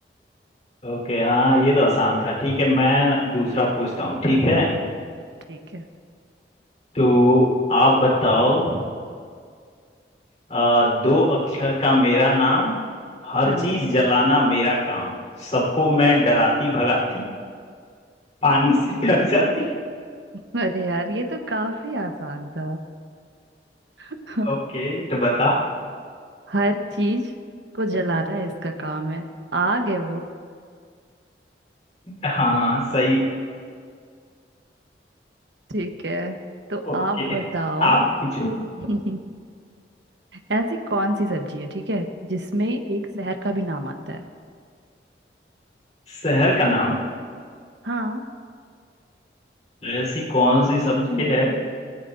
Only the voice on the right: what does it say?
ठीक है
हम्म
अरे यार ये तो काफी आसान था <laughs>
हर चीज को जलाना है इसका काम है आग है वो
ठीक है तो
आप बताओ
<laughs> ऐसी कौन सी सब्जी है ठीक है जिसमें एक शहर का भी नाम आता है
हाँ